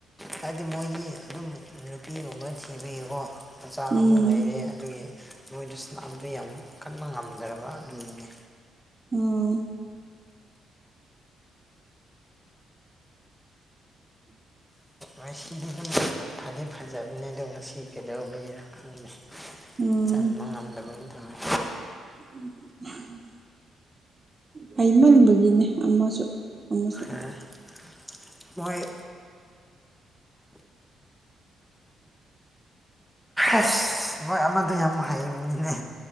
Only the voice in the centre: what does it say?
ꯍꯥꯏꯗꯤ ꯃꯣꯏꯗꯤ ꯑꯗꯨꯝ ꯅꯨꯄꯤꯒꯨꯝꯕ ꯊꯤꯕꯒꯤꯀꯣ ꯃꯆꯥ
ꯑꯃꯨꯛ ꯂꯩꯔꯦ ꯑꯗꯨꯒꯤ ꯃꯣꯏꯗꯨ ꯁꯅꯥꯕꯗꯨ ꯌꯥꯝ ꯀꯟꯕ ꯉꯝꯗ꯭ꯔꯕ ꯑꯗꯨꯅꯤꯅꯦ
ꯃꯦꯁꯤꯗꯨ ꯗꯨꯝ ꯐꯗꯤ ꯐꯖꯕꯅꯦꯗꯣ ꯉꯁꯤ ꯀꯩꯗꯧꯕꯒꯤꯔꯥ ꯈꯪꯗꯦ
ꯆꯟꯕ ꯉꯝꯗꯕꯝ ꯇꯧꯔꯦ
<unintelligible> ꯃꯣꯏ ꯑꯁ ꯃꯣꯏ ꯑꯃꯗꯣ ꯌꯥꯝ ꯍꯩꯕꯅꯤꯅꯦ